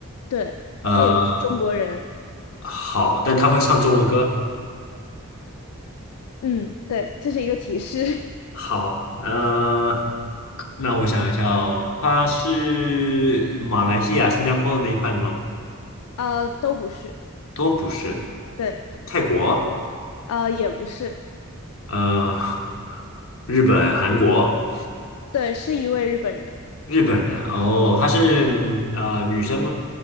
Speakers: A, on the left (about 80°); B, on the left (about 65°).
A: 对，
B: 呃，
A: 他也不是中国人，
B: 好，但他会唱中文歌，
A: 嗯，对，这是一个提示，
B: 好，那那我想一下哦，它是马来西亚、新加坡那一块吗？
A: <laughs> 呃，都不是，
B: 都不是，
A: 对，
B: 泰国，
A: 呃，也不是，
B: 呃，日本、韩国，
A: 对，是一位日本人，
B: 日本人哦，她是呃女生吗？